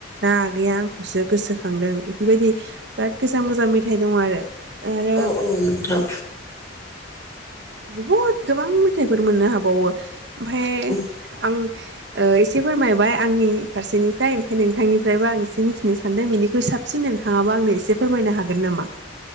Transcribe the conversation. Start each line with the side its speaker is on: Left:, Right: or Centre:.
Right: ना आंखौसो गोसोखां दों दों बेबायदि बिराद गोजाम गोजाम मेथाइ दङ आरो आरो
Left: औ औ नोंथां
Right: बुहुद गोबां मेथाइफोर मोननो हाबावो ओमफाय
Left: औ
Right: आं ओ एसे फोरमायबाय आंनि फारसेनिफ्राय ओमफ्राय नोंथांनिफ्रायबो आं ए एसे मिथिनो सानदों बेनिखुइ साबसिन नोंथाङाबा आंनो एसे फोरमायनो हागोन नामा?